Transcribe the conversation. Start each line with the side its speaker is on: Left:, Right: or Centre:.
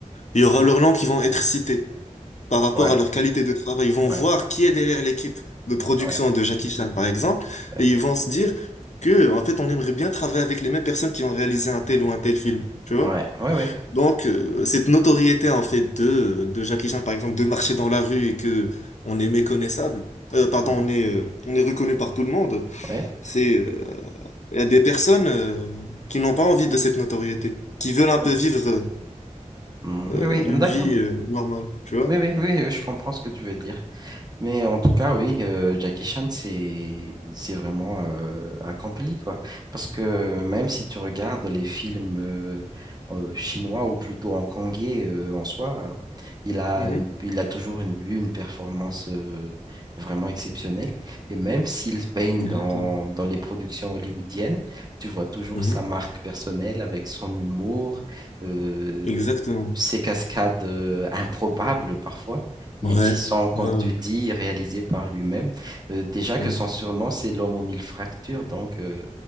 Left: Il y aura leurs noms qui vont être cités par rapport
Right: Ouais,
Left: à leur qualité de travail. Ils vont
Right: ouais,
Left: voir qui est derrière l'équipe de production
Right: ouais,
Left: de Jackie Chan, par exemple,
Right: ouais,
Left: et ils vont se dire que, en fait, on aimerait bien travailler avec les mêmes personnes qui ont réalisé un tel ou un tel film, tu vois?
Right: ouais, ouais, ouais.
Left: Donc, euh, cette notoriété, en fait, de, de Jackie Chan, par exemple, de marcher dans la rue et que on est méconnaissable, euh, pardon,
Right: Mhm.
Left: on est, euh, on est reconnu par tout le monde,
Right: Ouais,
Left: c'est, euh, il y a des personnes, euh, qui n'ont pas envie de cette notoriété, qui veulent
Right: ouais,
Left: un
Right: ouais.
Left: peu vivre,
Right: Mm,
Left: euh,
Right: oui, oui,
Left: une
Right: d'accord.
Left: vie, euh, normale, tu vois?
Right: Oui, oui, oui, oui, je comprends ce que tu veux dire. Mais en tout cas, oui, euh, Jackie Chan, c'est c'est vraiment euh, accompli, quoi. Parce que même si tu regardes les films euh, euh, chinois ou plutôt hongkongais euh, en soi, euh, il a
Left: Mhm.
Right: une- il a toujours une, eu une performance euh, vraiment exceptionnelle. Et même s'il se baigne
Left: Exactement.
Right: dans, dans les productions hollywoodiennes, tu vois toujours
Left: Mhm.
Right: sa marque personnelle avec son humour, euh,
Left: Exactement.
Right: ses cascades euh, improbables parfois mais
Left: Ouais.
Right: qui sont, comme
Left: Ouais, ouais.
Right: tu dis, réalisés par lui-même. Euh, déjà
Left: Mhm.
Right: que son surnom, c'est l'homme aux mille fractures, donc euh,